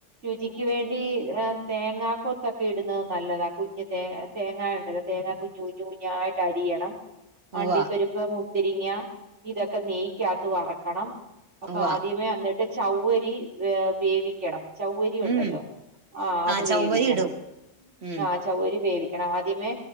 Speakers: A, on the right; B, on the right.
A: രുചിക്ക് വേണ്ടി തേങ്ങാ കൊത്തൊക്കെയിടുന്നത് നല്ലതാ കുഞ്ഞ് തേ തേങ്ങയുണ്ടല്ലോ തേങ്ങാ കുഞ്ഞ് കുഞ്ഞ് കുഞ്ഞായിട്ട് രിയണം
B: ഉവ്വ
A: അണ്ടിപ്പരിപ്പ്, മുന്തിരിങ്ങ, ഇതൊക്കെ നെയ്ക്കകത്ത് വറക്കണം അപ്പൊ
B: ഉവ്വ
A: ആദ്യമേ അന്നിട്ട് ചൗ്വരി ഏ വേവിക്കണം ചൗവരിയുണ്ടല്ലോ?
B: ഉം
A: ആ അത്
B: ആഹ് ചവ്വരി
A: വേവിക്കണം
B: ഇടും ഉം
A: ആഹ് ചൗവരി വേവിക്കണം ആദ്യമേ